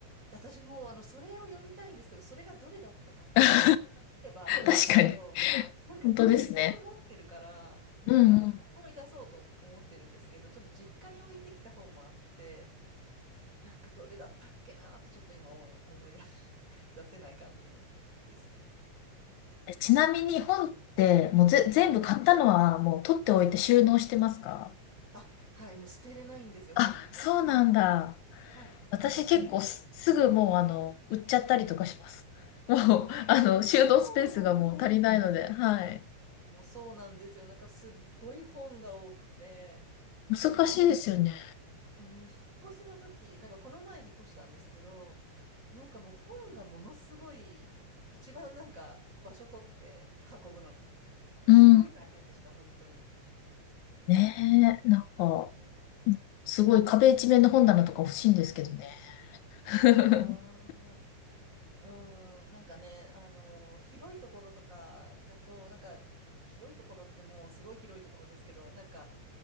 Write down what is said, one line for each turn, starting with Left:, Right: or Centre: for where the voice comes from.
Right: 私もう、あの、それを読みたいんですけど、それがどれだったかっていうのが、
Left: <laughs>
Right: まあ聞けばあれなんですけど、
Left: 確かに。
Right: なんか、
Left: 本当ですね。
Right: せっかく持ってるから、なんか、
Left: うんうん。
Right: 思い出そうと思思ってるんですけど、ちょっと実家に置いてきた本もあって、なんか、どれだったっけなーって、ちょっと今思い、思い出し <laughs>、出せない感じですね。
Left: ちなみに本ってもうぜ、全部買ったのはもう取っておいて収納してますか
Right: はい。あ、はい、もう捨てれないんですよ、
Left: あ、
Right: 本って。
Left: そうなんだ。
Right: はい。
Left: 私結構す、
Right: あ、出しちゃいます
Left: すぐもうあの、売っちゃったりとかします。もう、
Right: あ、
Left: あの、収納スペースがもう足りないので、
Right: そうなんですね。
Left: はい。
Right: もうそうなんですよ。なんかすっごい本が多くて、
Left: 難しいですよね。
Right: なんか、うん、引っ越しの時、なんかこの前引っ越したんですけど、なんかもう本がものすごい、一番なんか場所取って運ぶのに、すごい大変でした、
Left: うん。
Right: 本当に。
Left: ねえ、なんか、
Right: うん。
Left: すごい壁一面の本棚とか欲しいんですけどね。<laughs>
Right: あうん、なんかね、あのー広いところとかだと、なんか、広いところってもうすごい広いところですけど、なんか、